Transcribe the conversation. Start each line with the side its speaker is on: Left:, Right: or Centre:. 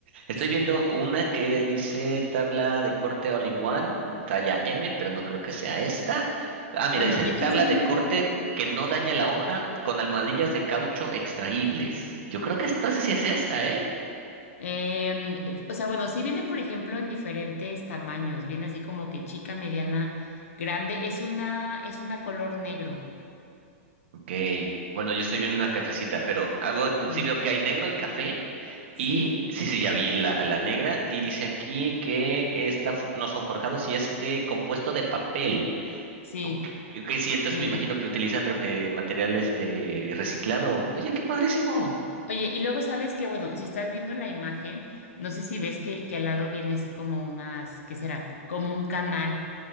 Right: estoy
Left: Sí.
Right: viendo una que dice tabla de corte all in one, talla M, pero no creo que sea esta. Ah, mira,
Left: Bueno,
Right: dice
Left: de
Right: tabla
Left: hecho sí vienen,
Right: de corte que no daña la hoja con almohadillas de caucho extraíbles. Yo creo que es- entonces sí es esta, ¿eh?
Left: em, o sea, bueno, sí viene, por ejemplo, en diferentes tamaños. Viene así como que chica, mediana, grande. Es una, es una color negro.
Right: Ok, bueno, yo estoy viendo una cafecita, pero algo,
Left: Sí,
Right: sí veo que hay negro y café.
Left: sí,
Right: Y sí, sí, ya vi la, la negra. Y dice aquí que esta fu- no son forjados y es de compuesto de papel.
Left: sí.
Right: Ok, ok, ok, sí, entonces
Left: sí.
Right: me imagino que utilizan re- eh, material este reciclado. Oye, qué padrísimo.
Left: Oye, y luego sabes que, bueno, si estás viendo la imagen, no sé si ves que, que al lado viene así como unas, ¿qué será? Como un canal.